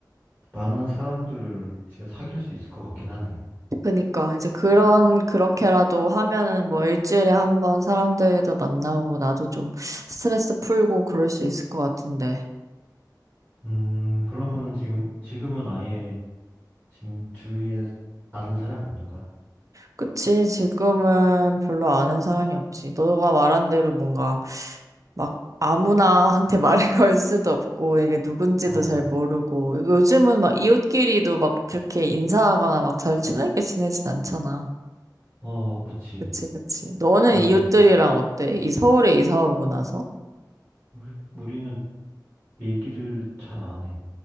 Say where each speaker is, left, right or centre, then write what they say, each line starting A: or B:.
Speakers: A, on the right; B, on the right.
A: 많은 사람들을 이제 사귈 수 있을 것 같긴 하네.
B: 그니까 이제 그런 그렇게라도 하면은 뭐 일주일에 한번 사람들도 만나고 나도 좀 스트레스 풀고 그럴 수 있을 것 같은데.
A: 음, 그러면은 지금, 지금은 아예 지금 주위에 아는 사람이 없는 거야?
B: 그치, 지금은 별로 아는 사람이 없지. 너가 말한 대로 뭔가 막 아무나한테 <laughs> 말을 걸 수도 없고, 이게 누군지도
A: 어,
B: 잘 모르고, 요즘은 막 이웃끼리도 막 그렇게 인사하거나 막 잘 친하게 지내진 않잖아.
A: 어, 그치.
B: 그치, 그치. 너는
A: 아,
B: 이웃들이랑 어때? 이 서울에 이사 오고 나서?
A: 우리, 우리는 얘기를 잘 안 해.